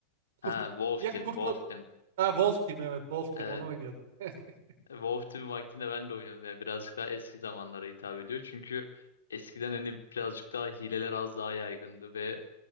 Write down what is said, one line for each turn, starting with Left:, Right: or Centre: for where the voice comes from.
Left: Ha,
Right: kurt
Left: Wolf
Right: ya
Left: Team,
Right: kurt
Left: Wolf
Right: ad-
Left: Team.
Right: ha, Wolf Team evet Wolf
Left: Ee,
Right: Team onu oynuyordum. <laughs>
Left: WoW Team vaktinde ben de oynuyordum. Yani birazcık daha eski zamanlara hitap ediyor. Çünkü eskiden hani birazcık daha hileler az daha yaygındı ve